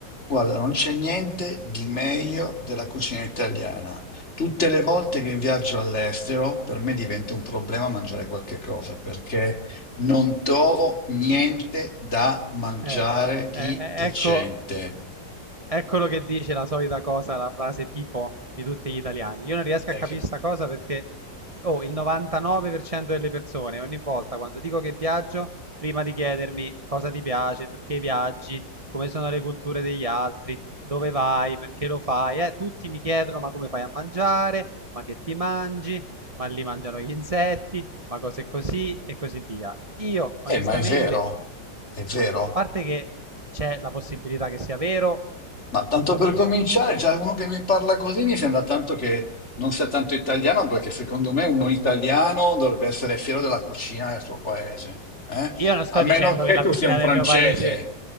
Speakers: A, on the left; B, on the right.
A: Guarda, non c'è niente di meglio della cucina italiana. Tutte le volte che viaggio all'estero, per me diventa un problema mangiare qualche cosa perché non trovo niente da mangiare
B: Ecco,
A: di
B: e- e-
A: decente.
B: ecco, Eccolo che dice la solita cosa, la frase tipo di tutti gli italiani. Io non riesco
A: Eh,
B: a capire
A: che-
B: sta cosa perché oh, il 99% delle persone ogni volta quando dico che viaggio, prima di chiedermi cosa ti piace, perché viaggi, come sono le culture degli altri, dove vai, perché lo fai, eh, tutti mi chiedono ma come fai a mangiare, ma che ti mangi, ma lì mangiano gli insetti, ma cose così e così via. Io onestamente,
A: eh, ma è vero, è vero.
B: ma a parte che c'è la possibilità che sia vero,
A: Ma tanto
B: punto
A: per
B: primo,
A: cominciare, già uno che mi parla così mi sembra tanto che non sia tanto italiano, perché secondo me uno italiano dovrebbe essere fiero della cucina del suo paese, eh?
B: Io non sto
A: A meno
B: dicendo
A: che
B: che la
A: tu
B: cucina
A: sia un
B: del
A: francese,
B: mio paese,